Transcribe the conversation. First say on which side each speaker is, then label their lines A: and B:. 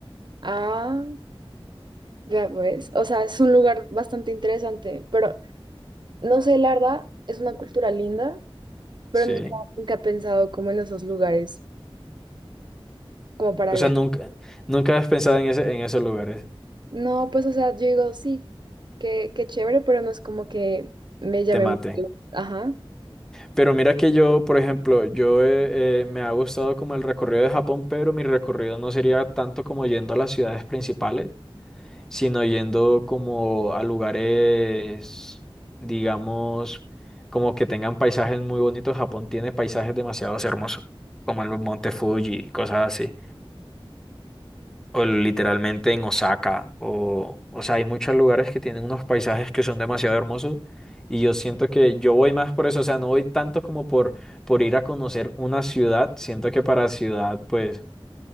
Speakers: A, on the right; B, in the centre.
A: Ah, ya pues. O sea, es un lugar bastante interesante, pero no sé, la verdad, es una cultura linda, pero
B: Sí.
A: nunca, nunca he pensado como en esos lugares, como para
B: O
A: allá.
B: sea, nunca, nunca has pensado en ese, en esos lugares.
A: No, pues, o sea, yo digo, sí, qué, qué chévere, pero no es como que me llame
B: Te mate.
A: mucho. Ajá,
B: Pero mira que yo, por ejemplo, yo eh, eh, me ha gustado como el recorrido de Japón, pero mi recorrido no sería tanto como yendo a las ciudades principales, sino yendo como a lugares, digamos, como que tengan paisajes muy bonitos. Japón tiene paisajes demasiado hermosos, como el Monte Fuji, cosas así o literalmente en Osaka, o, o sea, hay muchos lugares que tienen unos paisajes que son demasiado hermosos y yo siento que yo voy más por eso, o sea, no voy tanto como por, por ir a conocer una ciudad, siento que para ciudad, pues,